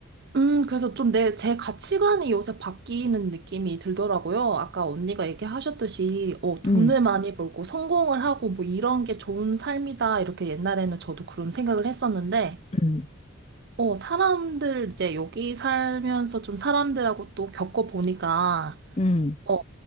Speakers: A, on the right (about 55°); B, on the left (about 30°).
A: 음, 그래서 좀 내, 제 가치관이 요새 바뀌는 느낌이 들더라고요. 아까 언니가 얘기하셨듯이, 어, 돈을
B: 음,
A: 많이 벌고 성공을 하고 뭐 이런 게 좋은 삶이다. 이렇게 옛날에는 저도 그런 생각을 했었는데,
B: 음,
A: 어, 사람들 이제 여기 살면서 좀 사람들하고 또 겪어보니까,
B: 음,
A: 어,